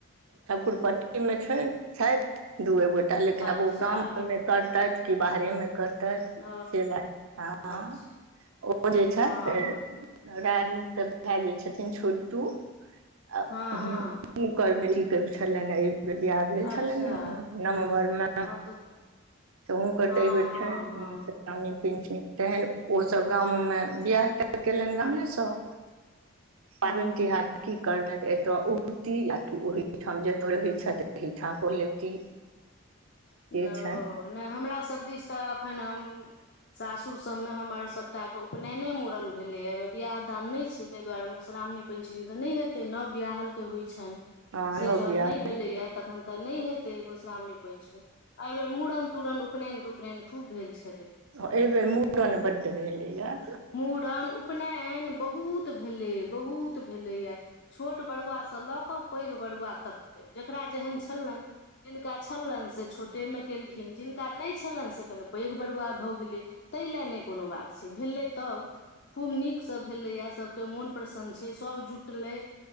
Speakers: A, on the right; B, on the left.
A: ठकुरपट्टीमे छै छथि दू एक गोटा लेकिन
B: अच्छा
A: आब ओ गाममे करतैथ कि बाहरेमे कर तैथ
B: ओ
A: से नहि,
B: अच्छा
A: ओ जे छथि
B: हँ हम
A: राजू के भाय जे छथिन छोटू आ
B: हँ
A: हुन
B: हँ
A: सुनकर बेटी। की छलनि बियाह भेल छलनि
B: अच्छा
A: नवम्बर मे
B: हँ तऽ
A: त हुनकर
B: हँ
A: ते ऐरबेर
B: हँ
A: छैन्ह
B: हँ
A: नमी पंचमी तखैन ओसभ गामोमे बियाह तियाह केलनि गामे सं। पाबनि
B: हुँ
A: तिहार की करतैत एतऽ औतीह आकि ओहि ओहिठाम जतऽ रहै छथि ओहिठाम कऽ लेती। से
B: नहि
A: छनि
B: ओ नहि हमरासभ दिस तऽ एखन हम सासुर सबमे हमर सभटा के उपनयने मूड़न भेलैए बिियाह दान नहि छै ताहि दुआरे मधुश्रावणी पञ्चमी तऽ नहि हेतै नव बियाहलके होइ छनि।
A: हँ
B: से
A: नव
B: जखन
A: बियाह
B: नहि भेलैये तखन तऽ नहि हेतै मधुश्रावणी पंचमी। एहि बेर मूड़न तूड़न उपनयन तुपनयन खूब भेल छै।
A: एहि बेेर मूड़न बड भेलैये।
B: मूड़न, उपनयन बहुत भेलै बहुत भेलैये छोट बड़ुआ से ल के पैघ बरुआ तक के जेकरा जेहन छलनि जिनका छलनि से छो टे नै केलखिन जिनका नहि छलनि से कनि पैघ बरुआ भऽ गेलै तै ले नै कोनो बात छै भेलै तऽ खूब नीकसँ भेलैए सभके मोन प्रसन्न छै सभ जुटलै